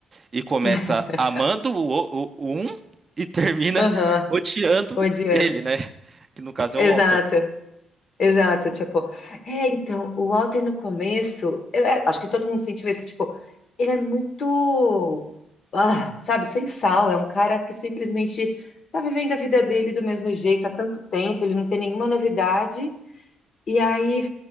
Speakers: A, on the right; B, on the left.
A: e começa
B: <laughs>
A: amando o, o, o um e termina
B: Aham,
A: odiando
B: odiando.
A: ele, né? Que no caso
B: Exato,
A: é o Walter.
B: exato, tipo, é, então, o Walter no começo, eu é, acho que todo mundo sentiu isso, tipo, ele é muito, ah, sabe, sem sal, é um cara que simplesmente tá vivendo a vida dele do mesmo jeito há tanto tempo, ele não tem nenhuma novidade, e aí,